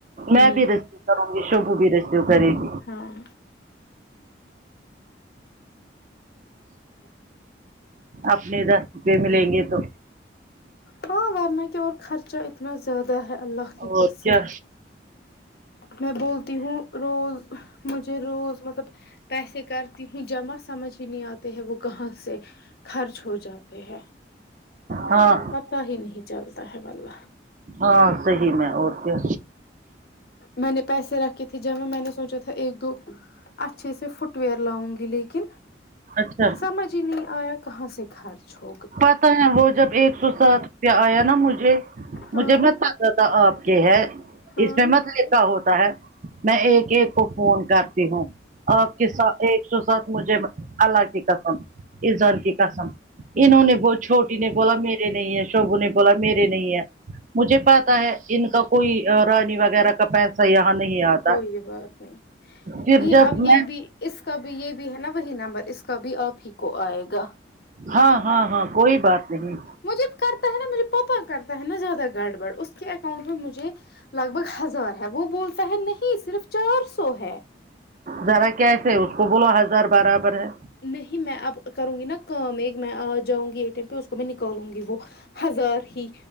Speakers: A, on the left; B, on the right.
A: ہ
B: میں بھی ریسیو کروں شوبو بھی رفیو کرے گ
A: ہاں
B: اپنے دس روپئے میں لیں گے تو
A: ہاں ہاں مئ کیا اور خرچہ اتنا زیادہ ہے اللہ کی
B: اور
A: قسم
B: کیا
A: میں بولتی ہوں روز مجھے روز مطلب پیسے کرتی ہوں جمع سمجھ ہی نہیں آتے ہے وہ کہاں سے خرچ ہو جاتے ہیں
B: ہاں
A: پتا ہی نہیں چلتا ہے واللہ
B: ہاں صحی میں اور کیا
A: میں نے پیسے رکھے تھے جب میں نے سوچا تھا ایک دو اچھے سے فٹ وئیر لاؤںگ گی لیکن
B: اچھا
A: سمجھ ہی نہیں آیا کہاں سے کار چو
B: پتا ہے وہ جب ایک سو ساٹھ روپیہ آیا نا مجھے
A: ہاں
B: مجھے میں آپ کے ہے
A: ہاں
B: اس میں متلی کا ہوتا ہے میں ایک ایک کو فون کرتی ہوں آپ کے ساتھ ایک سو ساتھ مجھے اللہ قسم اسزان کی قسم انہوں نے ب چھوٹی نے بولا میرے نہیں ہے شوبو نے بولا میرے نہیں ہے مجھے پتا ہے ان کا کوئی رانی وغیرہ کا پیسہ سا یہاں نہیں آتا
A: کوئی بات نہیں
B: پھر
A: نہیں
B: جب
A: اب یہ
B: میں
A: بھی اس کا بھی یہ بھی ہے نا وہی نمبر اس کا بھی آپ ہی کو آئے گا
B: ہاں ہاں ہاں کوئی بات نہیں
A: مجھے کرتا ہے نا مجھے پاپا کرتا ہے نا زیادہ گڑبڑ اس کے اکاؤنٹ میں مجھے لگ بھگ ہزار ہے وہ بولتا ہے نہیں صرف چار سو ہے
B: ذرا کیسے اس کو بولو ہزار برابر ہے
A: نہیں میں اب کروں گی نا کام ایک میں آ جاؤں گی اے ٹی ئم پہ اس کو میں نکالوں گی وہ ہزار ہی